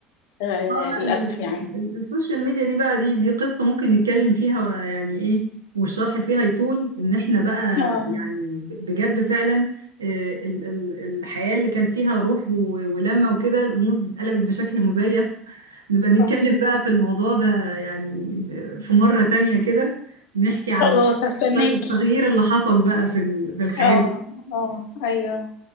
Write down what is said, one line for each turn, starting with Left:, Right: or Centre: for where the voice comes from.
Left: آه
Right: اه لا
Left: للاسف
Right: ال- ال-
Left: يعني
Right: ال- السوشيال ميديا دي بقى دي دي قصة ممكن نتكلم فيها يعني ايه والشرح فيها يطول ان احنا بقى
Left: اه
Right: يعني ب- بجد فعلا آه، ال- ال- الحياة اللي كان فيها روح و- ولمة وكده الامور قلبت بشكل مزيف نبقى نتكلم
Left: آه.
Right: بقى في الموضوع ده يعني ب- في مرة تانية كده نحكي على
Left: خلاص هستناكي
Right: التغيير اللي حصل بقى في ال- في الحياة
Left: اه اه ايوه